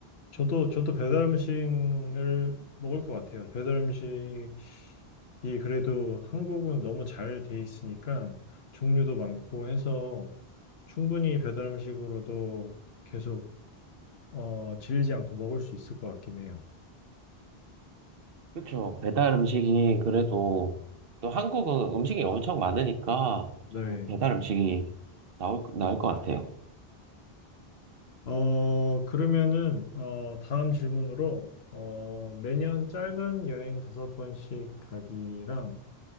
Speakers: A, on the left; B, on the right.
A: 저도 저도 배달 음식을 먹을 것 같아요. 배달 음식이 그래도 한국은 너무 잘 돼 있으니까 종류도 많고 해서 충분히 배달 음식으로도 계속 어, 질리지 않고 먹을 수 있을 것 같긴 해요.
B: 그렇죠. 배달 음식이 그래도 또 한국은 음식이 엄청 많으니까
A: 네.
B: 저는 배달 음식이 나올, 나올 것 같아요.
A: 어, 그러면은 어, 다음 질문으로 어, 매년 짧은 여행 다섯 번씩 가기랑